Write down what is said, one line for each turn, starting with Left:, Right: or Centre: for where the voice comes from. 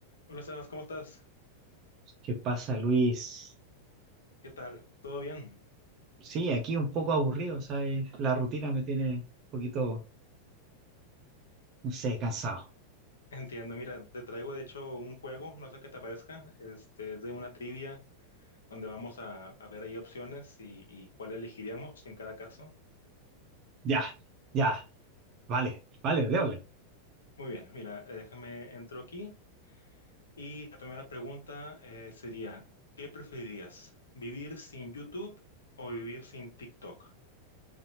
Left: Hola Sebas, ¿cómo estás?
Right: ¿Qué pasa, Luis?
Left: ¿Qué tal? ¿Todo bien?
Right: Sí, aquí un poco aburrido, o sea, eh, la rutina me tiene un poquito, no sé, cansado.
Left: Entiendo, mira, te traigo de hecho un juego, no sé qué te parezca, este, es de una trivia donde vamos a, a ver ahí opciones y, y cuál elegiríamos en cada caso.
Right: Ya, ya, vale, vale, déjole.
Left: Muy bien, mira, eh, déjame entro aquí y la primera pregunta eh, sería, ¿qué preferirías? ¿Vivir sin YouTube o vivir sin TikTok?